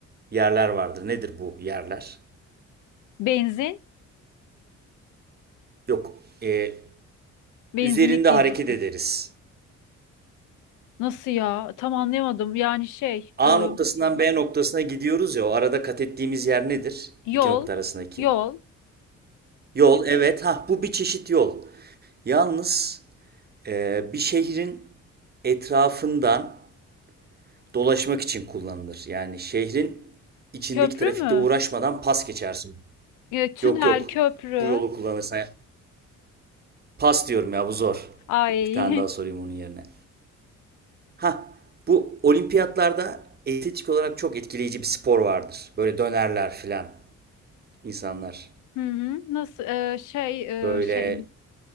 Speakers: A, on the right; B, on the left.
A: yerler vardır. Nedir bu yerler?
B: Benzin,
A: Yok, eee,
B: benzinlik
A: üzerinde
B: diyecektim.
A: hareket ederiz.
B: Nasıl ya? Tam anlayamadım. Yani şey,
A: A
B: e,
A: noktasından B noktasına gidiyoruz ya, o arada kat ettiğimiz yer nedir? İki
B: yol,
A: nokta arasındaki.
B: yol,
A: Yol, evet, ha bu bir çeşit yol. Yalnız eee, bir şehrin etrafından dolaşmak için kullanılır. Yani şehrin içindeki
B: köprü
A: trafikte
B: mü?
A: uğraşmadan pas geçersin
B: E, tünel,
A: Yok yok.
B: köprü.
A: Bu yolu kullanırsan. Pas diyorum ya bu zor.
B: Ay.
A: Bir tane daha sorayım
B: <laughs>
A: onun yerine. Ha bu olimpiyatlarda estetik olarak çok etkileyici bir spor vardır. Böyle dönerler filan insanlar.
B: Hı hı. Nasıl e, şey
A: Böyle
B: e, şey